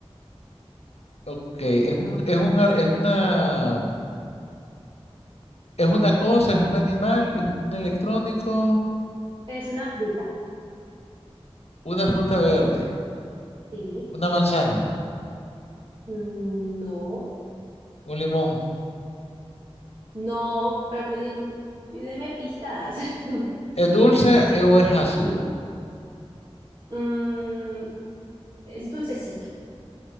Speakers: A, on the left (about 75°); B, on the right (about 50°).
A: Ok, es
B: Es,
A: un, es un, ar- es una, es una cosa, es un animal, es un electrónico,
B: es una fruta.
A: una fruta verde,
B: Sí.
A: una manzana,
B: Mm, no.
A: un limón.
B: No, pero pedirme, pídeme pistas. <laughs>
A: ¿Es dulce eh, o es ácido?
B: Mm, es dulcecito.